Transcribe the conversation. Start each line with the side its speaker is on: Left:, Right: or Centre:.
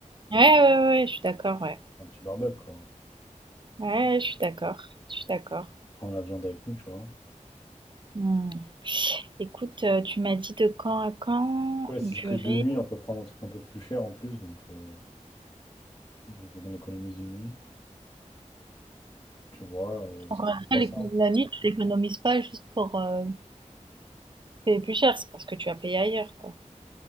Right: Ouais, ouais, ouais, ouais, je suis d'accord, ouais.
Left: Un petit barbecue quoi.
Right: Ouais, je suis d'accord, je suis d'accord.
Left: Prends la viande avec nous, tu vois.
Right: Hmm. Écoute, euh, tu m'as dit de quand à quand
Left: Ouais, si
Right: durer.
Left: c'est que deux nuits, on peut prendre un truc un peu plus cher en plus. Donc, euh, vu qu'on économise une nuit, tu vois, euh, ça
Right: Encore
Left: peut
Right: une
Left: se
Right: fois,
Left: penser.
Right: l'éco-
Left: hein.
Right: la nuit, tu l'économises pas juste pour, euh, c'est plus cher, c'est parce que tu as payé ailleurs, quoi.